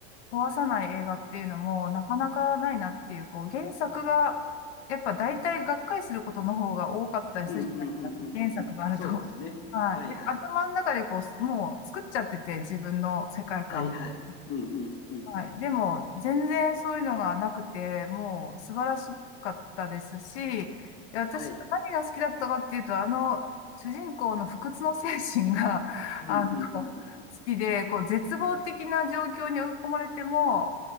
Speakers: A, on the left (about 80°); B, on the left (about 30°).
A: 壊さない映画っていうのもなかなかないなっていう、こう、原作が、やっぱ大体がっかりすることの方が多かったりするじゃないですか。
B: うん、うん、うん、うん、うん。
A: 原作があると。
B: うんそうですね。
A: <laughs> はい。
B: はい、
A: で、
B: はい。
A: 頭の中でこう、もう作っちゃってて、自分の世界観を。
B: はい、はい。うん、うん、うん。
A: はい。でも、全然そういうのがなくて、もう素晴らしかったですし、私、
B: はい。
A: 何が好きだったかっていうと、あの、主人公の不屈の精神が、<laughs>
B: うん、
A: あの、
B: うん、
A: 好
B: うん。うん
A: きで、こう、絶望的な状況に追い込まれても、